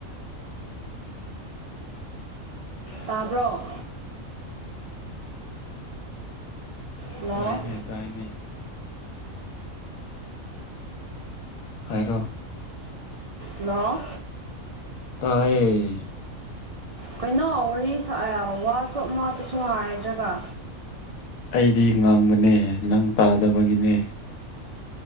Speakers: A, on the right; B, on the left.
A: ꯇꯥꯕ꯭ꯔꯣ ꯍꯜꯂꯣ
B: ꯇꯥꯏꯅꯦ ꯇꯥꯏꯅꯦ ꯍꯥꯏꯔꯣ
A: ꯅ
B: ꯇꯥꯏꯌꯦ
A: ꯀꯩꯅꯣ ꯋꯥꯔꯤ ꯋꯥꯁꯣꯞ ꯃꯥꯇꯁꯨ ꯍꯥꯏꯗ꯭ꯔꯒ
B: ꯑꯩꯗꯤ ꯉꯥꯡꯕꯅꯦ ꯅꯪ ꯇꯥꯗꯕꯒꯤꯅꯦ